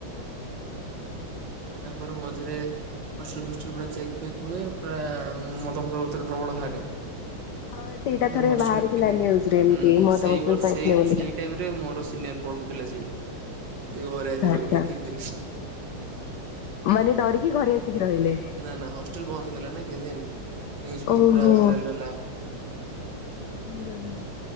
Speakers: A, on the right; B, on the left.
A: ତାଙ୍କର ମଝିରେ ହଷ୍ଟେଲ୍ ଫଷ୍ଟେଲ୍ ପୁରା ଚେକ୍ ଫେକ୍ ହୁଏ ପୁରା ମଦ ଫଦ ବୋତଲ ପ୍ରବଳ ଭାଆରେ
B: ହଁ ସେଇଟା
A: ଫୁଣି
B: ଥରେ
A: ହଷ୍ଟେଲରେ
B: ବାହାରିଥିଲା
A: କିଛି ଦିନ
B: ନ୍ୟୁଜ ରେ ଏମିତି
A: ହୁଁ
B: ମଦ
A: ସେଇ
B: ବୋତଲ
A: ବର୍ଷ
B: ପାଇଥିଲେ
A: ସେଇ
B: ବୋଲିକା।
A: ସେଇ ଟାଇମରେ ମୋର ସିନିୟର ପଢୁଥିଲେ ସେଇଠି। ସେ ଘରେ ଆସି
B: ଆଜ୍ଞା
A: ରହିଲେ କିଛି ଦିନ
B: ମାନେ ଡରିକି ଘରେ ଆସିକି ରହିଲେ
A: ନା ନା ହଷ୍ଟେଲ ବନ୍ଦ ହେଇଗଲା ନା କିଛି ନିୟୁଜ ଫିଉଜ
B: ଓହୋ।
A: ପୁରା ଭାଇରାଲ ହେଲା।
B: ହୁଁ ହୁଁ।